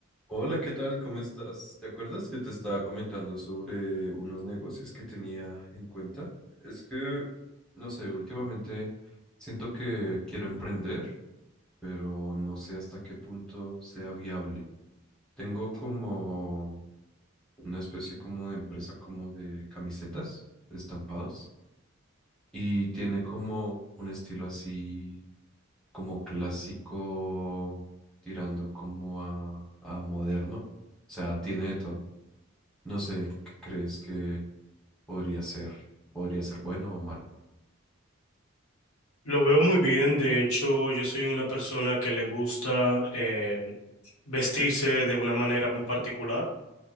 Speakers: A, in the centre; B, on the left.
A: Hola, ¿qué tal? ¿Cómo estás? ¿Te acuerdas que te estaba comentando sobre unos negocios que tenía en cuenta? Es que, no sé, últimamente siento que quiero emprender, pero no sé hasta qué punto sea viable. Tengo como una especie como de empresa como de camisetas, de estampados, y tiene como un estilo así como clásico, tirando como a, a moderno. O sea, tiene de todo. No sé, ¿qué crees que podría ser? ¿Podría ser bueno o malo?
B: Lo veo muy bien, de hecho yo soy una persona que le gusta eh, vestirse de una manera muy particular,